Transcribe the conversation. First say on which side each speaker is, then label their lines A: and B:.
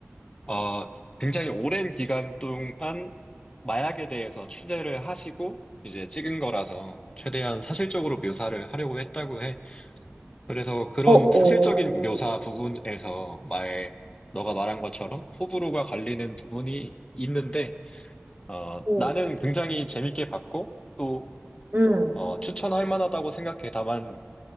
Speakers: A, on the left; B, on the right.
A: 어, 굉장히 오랜 기간 동안 마약에 대해서 취재를 하시고 이제 찍은 거라서 최대한 사실적으로 묘사를 하려고 했다고 해. 그래서 그런
B: 어,
A: 사실적인
B: 어,
A: 묘사 부분에서 마에 너가 말한 것처럼 호불호가 갈리는 부분이 있는데 어,
B: 어,
A: 나는 굉장히 재밌게 봤고 또
B: 음,
A: 어, 추천할 만하다고 생각해. 다만